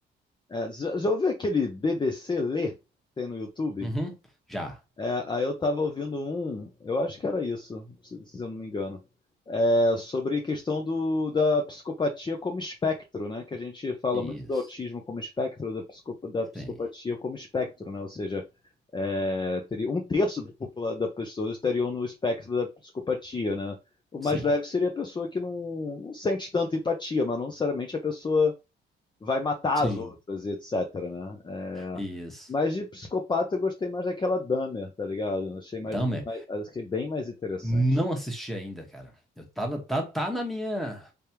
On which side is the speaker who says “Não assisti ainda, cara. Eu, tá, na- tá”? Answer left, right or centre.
Centre